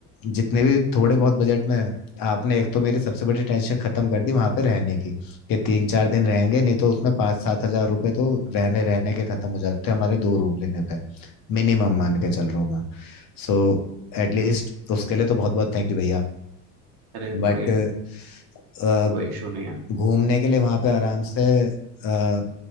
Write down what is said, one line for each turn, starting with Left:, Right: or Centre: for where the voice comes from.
Left: जितने भी थोड़े बहुत बजट में आपने एक तो मेरी सबसे बड़ी टेंशन खत्म कर दी वहां पे रहने की कि तीन चार दिन रहेंगे नहीं तो उसमें पाँच सात हजार रुपए तो रहने रहने के खत्म हो जाते हैं हमारे दो रूम लेने पे मिनिमम मान के चल रहा हूँ मैं सो एटलीस्ट उसके लिए तो बहुत बहुत थैंक यू भैया
Right: अरे कोई
Left: बट अ,
Right: कोई इशू नहीं है
Left: घूमने के लिए वहाँ पे आराम से आ,